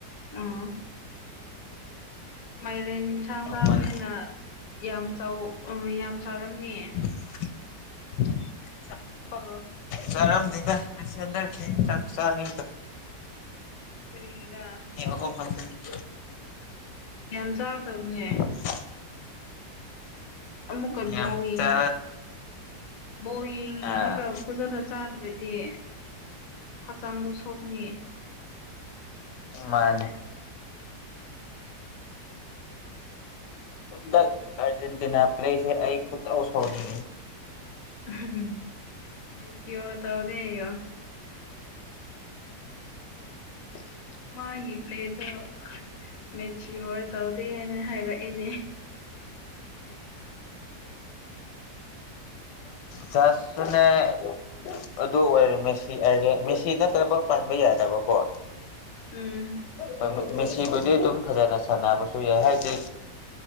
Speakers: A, on the left (about 55°); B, on the left (about 70°).
A: ꯑꯥꯝ ꯃꯥꯏꯔꯦꯟ ꯌꯦꯟꯁꯥꯡ ꯆꯥꯕꯅꯤꯅ
B: ꯃꯟ
A: ꯌꯥꯝ ꯆꯥꯎ ꯌꯥꯝ ꯆꯥꯔꯝꯅꯤꯌꯦ
B: ꯎ <inaudible>
A: ꯑꯣ
B: ꯆꯔꯝ ꯊꯗ ꯆꯁ <inaudible>
A: ꯀꯔꯤꯒꯤꯔꯥ
B: ꯐꯪꯁꯟ <inaudible>
A: ꯌꯥꯝ ꯆꯥꯎꯗꯕꯅꯦ
B: <unintelligible>
A: ꯑꯃꯨꯛꯀ
B: ꯌꯥꯝ
A: ꯕꯣꯌꯦꯤꯡ
B: ꯆꯥ
A: ꯕꯣꯌꯦꯡꯅꯒ
B: ꯑꯥ
A: ꯐꯖꯅ ꯆꯥꯗ꯭ꯔꯗꯤ ꯑ ꯍꯛꯆꯥꯡꯗꯣ ꯁꯣꯛꯅꯤ
B: ꯃꯥꯅꯦ ꯗ ꯑꯔꯖꯦꯟꯇꯤꯅꯥ ꯄ꯭ꯂꯦꯁꯦ ꯑꯩ ꯀꯠꯇꯁꯅꯤ
A: <unintelligible> ꯃꯦꯆ ꯋꯥ ꯇ ꯑꯣꯗ
B: <unintelligible>
A: ꯃꯥꯒꯤ ꯄ꯭ꯂꯦꯗꯣ ꯃꯦꯆꯤꯌꯣꯔ ꯇꯧꯗꯦ ꯍꯥꯏꯅ ꯍꯥꯏꯔꯛꯑꯦꯅꯦ
B: ꯖꯥꯁꯅꯦ <inaudible> ꯑꯗꯨ ꯑꯣꯏꯔꯦ ꯃꯦꯁꯤꯁꯦ ꯃꯦꯁꯤ ꯅꯠꯇꯅꯕ ꯄꯟꯕ ꯌꯥꯗꯕꯀꯣ
A: ꯎꯝ
B: ꯍꯣꯏ ꯃꯦꯁꯤꯕꯨꯗꯤ ꯑꯗꯨꯝ ꯐꯖꯅ ꯁꯥꯟꯅꯕꯁꯨ ꯌꯥꯏ ꯍꯥꯏꯗꯤ